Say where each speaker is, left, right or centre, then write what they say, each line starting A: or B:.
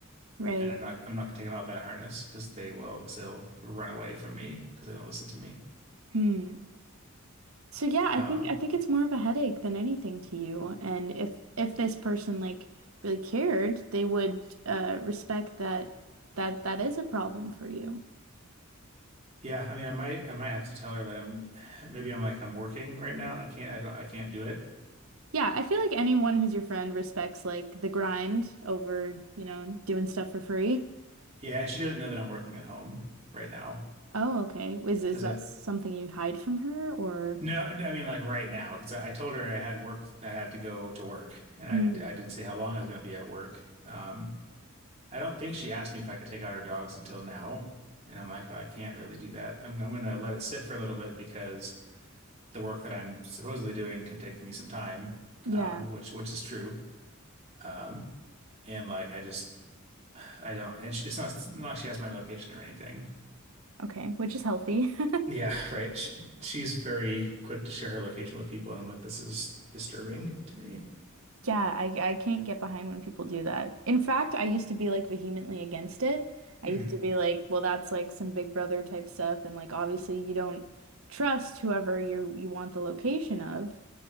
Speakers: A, on the right (about 80°); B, on the right (about 30°).
A: right.
B: and I'm not I'm not gonna take them out of that harness because they will because they'll run away from me because they don't listen to me.
A: Hmm. So yeah, I
B: Um,
A: think I think it's more of a headache than anything to you. And if if this person like really cared, they would uh respect that that that is a problem for you.
B: yeah, I mean, I might I might have to tell her that I'm maybe I'm like I'm working right now and I can't I don't I can't do it.
A: Yeah, I feel like anyone who's your friend respects like the grind over, you know, doing stuff for free.
B: Yeah, and she doesn't know that I'm working at home right now
A: Oh, okay. Is
B: because
A: is that something you hide from her or
B: no, I mean like right now because I, I told her I had worked I had to go to work and
A: Mm.
B: I I didn't say how long I was gonna be at work. Um, I don't think she asked me if I could take out her dogs until now. And I'm like, well, I can't really do that. I'm, I'm going to let it sit for a little bit because the work that I'm supposedly doing can take me some time,
A: Yeah.
B: um, which which is true. Um, and like I just I don't, and she, it's not it's not like she has my location or anything.
A: Okay, which is healthy. <laughs>
B: Yeah, right. She, she's very quick to share her location with people, and I'm like, this is disturbing to me.
A: Yeah, I I can't get behind when people do that. In fact, I used to be like vehemently against it. I
B: Mhm.
A: used to be like, well, that's like some Big Brother type stuff, and like obviously you don't trust whoever you you want the location of.